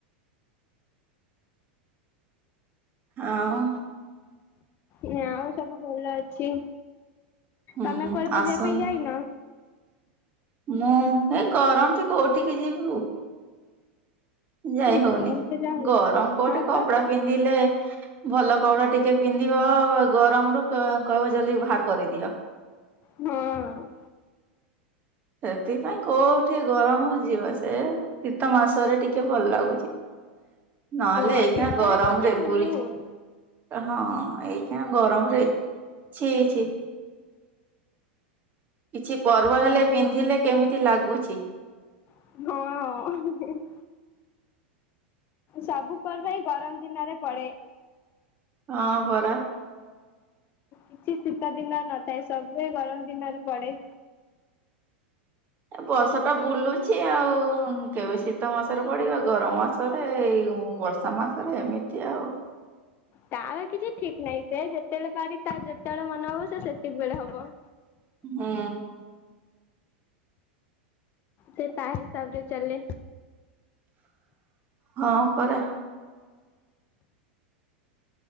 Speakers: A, on the right; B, on the left.
A: ଆଁଉ
B: ନା ଆଉ ସବୁ ଭଲ ଅଛି।
A: ହୁଁ
B: ତମେ କୁଆଡେ
A: ଆସୁନ
B: ବୁଲିବା ପାଇଁ ଯାଇନ?
A: ମୁଁ ଏ ଗରମ ତି କୋଉଠିକି ଯିବୁ? ଯାଇ ହଉନି।
B: ଗରମ ତ ଯାହା ହଉଛି।
A: ଗରମ ପଡୁଚି,
B: ହଁ
A: କପଡା
B: ପା
A: ପିନ୍ଧିଲେ ଭଲ କପଡା ଟିକେ ପିନ୍ଧିବ, ଅ ଗରମରୁୁ କ-କହିବ ଜଲଦି ବାହାର କରିଦିଅ।
B: ହଁ।
A: ସେଥିପାଇଁ କୋଉଠି ଗରମ ଯିବ, ସେ ଶୀତ ମାସରେ ଟିକେ ଭଲ ଲାଗୁଛି ନହେଲେ
B: ହଁ
A: ଏଇଖିଣା
B: ଶୀତରେ
A: ଗରମରେ
B: ଟିକେ ବୁଲି
A: ଭୁଲି
B: ହୁଏ।
A: ହଁ, ଏଇଖିଣା ଗରମରେ ଛି ଛି କିଛି ପର୍ବ ହେଲେ
B: ଜମା
A: ପିନ୍ଧିଲେ କେମିତି ଲାଗୁଛି?
B: ହଁ। ସବୁ ପର୍ବ ଏଇ ଗରମ ଦିନରେ ପଡେ।
A: ହଁ, ପରା।
B: କିଛି ଶୀତଦିନରେ ନଥାଏ, ସବୁ ଏଇ ଗରମ ଦିନରେ ପଡେ।
A: ଏ ବର୍ଷ ତ ବୁଲୁଛି ଆଉ। କେବେ ଶୀତ ମାସରେ ପଡିବ, ଗରମ ମାସରେ, ଏଇ ବର୍ଷ ସ ମାସରେ ଏମିତି ଆଉ।
B: ତାର କିଛି ଠିକ୍ ନାହିଁ, ସେ ଯେତେବେଳେ ପାରି ତା ଯେତେବେଳେ ମନ ହବ, ସେ ସେତିକି ବେଳେ ହବ।
A: ହୁଁ।
B: ସେ ତା ହିସାବରେ ଚାଲେ।
A: ହଁ, ପରା।